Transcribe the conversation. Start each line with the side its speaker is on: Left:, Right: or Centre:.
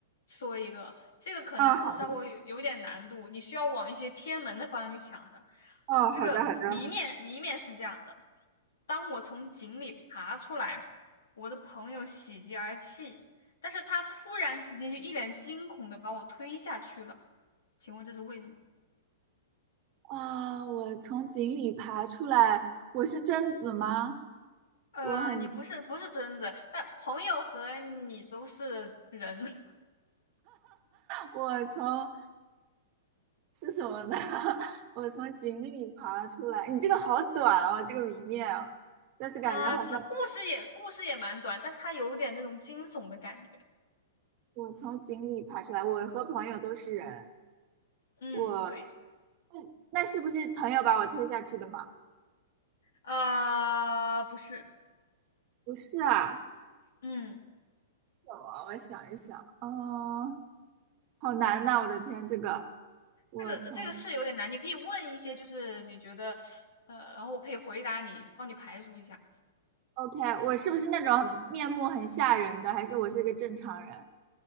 Left: 说一个，这个可能是稍微有有点难度，
Right: 啊，好的，
Left: 你需要往一些偏门的方向去想的。
Right: 哦，
Left: 啊，这个谜面谜面是这样的，
Right: 好的，好的。
Left: 当我从井里爬出来，我的朋友喜极而泣，但是他突然之间就一脸惊恐的把我推下去了。请问这是为什么？
Right: 啊，我从井里爬出来，我是贞子吗？
Left: 呃，
Right: 我很，
Left: 你不是不是贞子，但朋友和你都是人。<laughs>
Right: 我从是什么呢？<laughs> 我从井里爬出来。你这个好短哦，这个谜面哦但是感觉好像
Left: 啊、呃他故事也故事也蛮短，但是他有点那种惊悚的感觉。
Right: 我从井里爬出来，我和朋友都是人。
Left: 嗯，
Right: 我
Left: 对，
Right: 那那是不是朋友把我推下去的吗？
Left: 呃，不是，
Right: 不是啊，
Left: 嗯，
Right: 什么？我想一想，嗯，好难呐、我的天，这个我从
Left: 这个这个是有点难，你可以问一些，就是你觉得，呃，然后我可以回答你，帮你排除一下。
Right: OK，我是不是那种面目很吓人的，还是我是一个正常人？